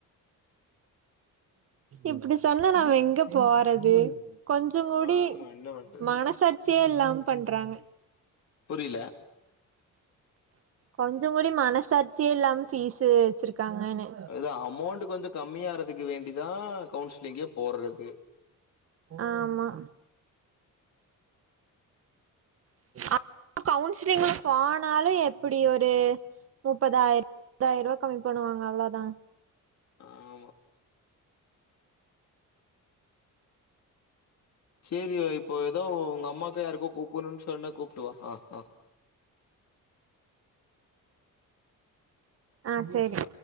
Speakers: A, on the right (about 45°); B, on the left (about 55°).
A: இப்டி சொன்னா நாம எங்க போறது கொஞ்ச கூடி
B: ஆமா என்ன பண்றது
A: மனசாட்சியே இல்லாம பண்றாங்க
B: புரியல
A: கொஞ்ச கூடி மனசாட்சியே இல்லாம ஃபீஸ்சு வச்சிருக்காங்கன்னே
B: அது அமௌண்ட் கொஞ்சோ கம்மியாறதுக்கு வேண்டிதா கவுன்சிலிங்கே போடுறது
A: ஆமா அப்ப கவுன்சிலிங்ல போனாலு எப்டி ஒரு முப்பதாயி முப்பதாயிரம் ரூபா கம்மி பண்ணுவாங்க அவ்ளோதா
B: ஆமா சேரி இப்போ ஏதோ உங்க அம்மாவுக்கு யாருக்கோ கூப்ணும்ன்னு சொன்ன கூப்ட்டுவா ஆ ஆ
A: ஆ செரி